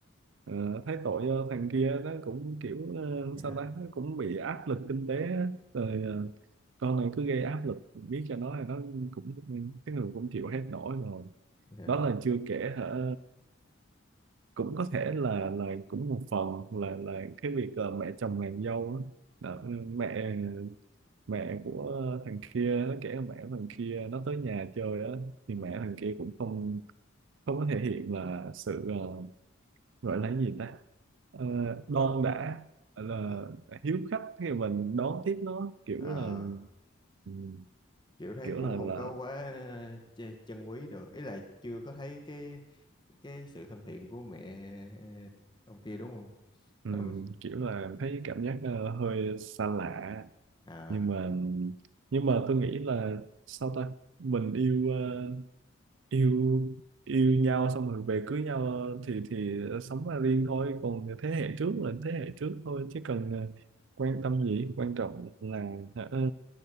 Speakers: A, on the right; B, on the left.
A: ờ, thấy tội cho thằng kia nó cũng kiểu ờ,
B: yeah,
A: sao ta nó cũng bị áp lực kinh tế á. rồi ờ, con này cứ gây áp lực biết cho nó thì nó cũng cái người cũng chịu hết nổi rồi
B: yeah.
A: đó là chưa kể hả cũng có thể là là cũng một phần là là cái việc ờ, mẹ chồng nàng dâu á. Đó, mẹ mẹ của thằng kia nó kể là mẹ của thằng kia nó tới nhà chơi á thì
B: Ừ.
A: mẹ thằng kia cũng không không có thể hiện là sự ờ, gọi là cái gì ta Ờ, đon đã là
B: À,
A: hiếu khách khi mà mình đón tiếp nó kiểu
B: à,
A: là ừm,
B: kiểu thấy
A: kiểu
B: cũng
A: là
B: không
A: là
B: có quá ờ, ch- chân quý được ý là chưa có thấy cái cái sự thân thiện của mẹ ờ, ông kia đúng không
A: ừm,
B: Ừm,
A: kiểu là thấy cảm giác ờ, hơi xa lạ
B: à,
A: nhưng mà nhưng mà tôi nghĩ là sao ta mình yêu ờ, yêu yêu nhau xong rồi về cưới nhau ờ, thì thì sống ra riêng thôi còn thế hệ trước là thế hệ trước thôi chứ cần ờ, quan tâm gì quan trọng là ờ,